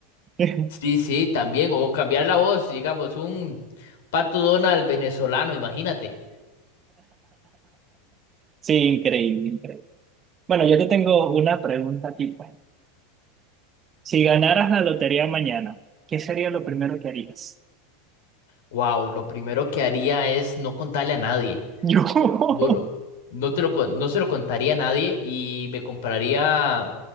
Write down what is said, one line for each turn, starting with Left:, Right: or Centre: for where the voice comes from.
Right: <laughs>
Left: Sí, sí, también. O cambiar la voz, digamos, un Pato Donald venezolano, imagínate.
Right: Sí, increíble, increíble. Bueno, yo te tengo una pregunta tipo Si ganaras la lotería mañana, ¿qué sería lo primero que harías?
Left: Wow, lo primero que haría es no contarle a nadie.
Right: <laughs> Yo.
Left: Te lo juro. No te lo, con- no se lo contaría a nadie y me compraría